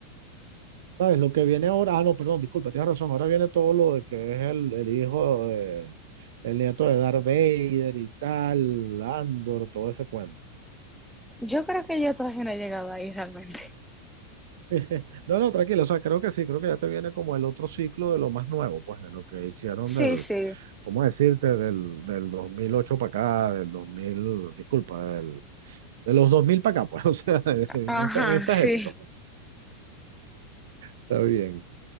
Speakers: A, on the right; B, in the centre.
A: ¿Sabes? Lo que viene ahora, ah, no, perdón, disculpa, tienes razón. Ahora viene todo lo de que es el, el hijo de, el nieto de Darth Vader y tal, Andor, todo ese cuento.
B: Yo creo que yo todavía no he llegado ahí realmente. <laughs>
A: <laughs> No, no, tranquilo, o sea, creo que sí, creo que ya te viene como el otro ciclo de lo más nuevo, pues, de lo que hicieron
B: Sí,
A: del,
B: sí.
A: ¿cómo decirte? Del, del 2008 para acá, del 2000 disculpa, del, de los 2000 para acá, pues, <laughs> o sea, en
B: Ajá,
A: esta, en estas
B: sí.
A: épocas, pues. Está bien.